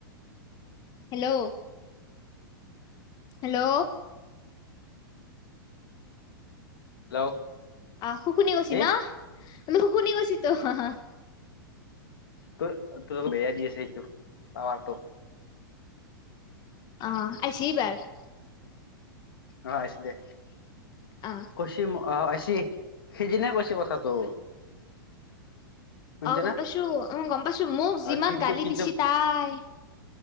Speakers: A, on the left; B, on the left.
A: হেল্ল'। হেল্ল'।
B: হেল্ল'।
A: আহ শু শুনি গৈছি
B: কি
A: ন শু শুনি গৈচি ত <unintelligible>
B: তই তই বেয়া দি আছে এইটো টাৱাৰটো।
A: অ আহিছি বাৰ।
B: অ আহিছি দে।
A: অ
B: কৈছি আহ আহিছি সেইদিনাই কৈছে কথাটো। শুনিছে
A: অ গম
B: না
A: পাইছো অ গম পাইছো, মোক
B: অ
A: যিমান
B: কিন্তু
A: গালি
B: কিন্তু
A: দিছি তাই!